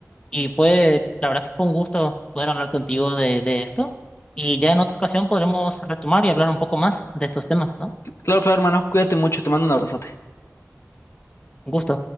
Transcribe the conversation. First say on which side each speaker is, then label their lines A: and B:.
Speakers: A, on the left; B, on the left.
A: y fue, la verdad que fue un gusto poder hablar contigo de, de esto. Y ya en otra ocasión podremos retomar y hablar un poco más de estos temas, ¿no?
B: Claro, claro, hermano, cuídate mucho, te mando un abrazote.
A: Un gusto.